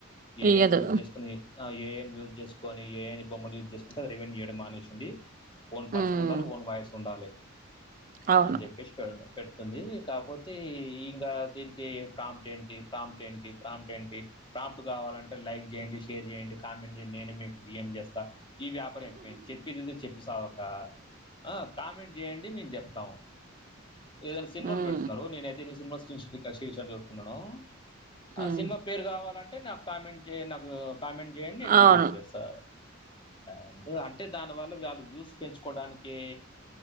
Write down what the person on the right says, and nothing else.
ఇయ్యదు.
హ్మ్.
అవును.
హ్మ్.
హ్మ్.
అవును.